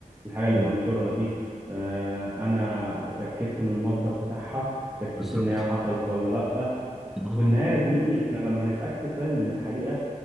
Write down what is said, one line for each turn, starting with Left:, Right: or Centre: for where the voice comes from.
Right: الحاجة
Centre: امم
Right: اللي بنشرها دي آه، أنا اتأكدت من المصدر بتاعها اتأكدت
Centre: بالظبط
Right: إن هي حصلت ولا لأ
Centre: امم
Right: وفي النهاية يا زميلي إحنا لما نتأكد فاهم من الحقيقة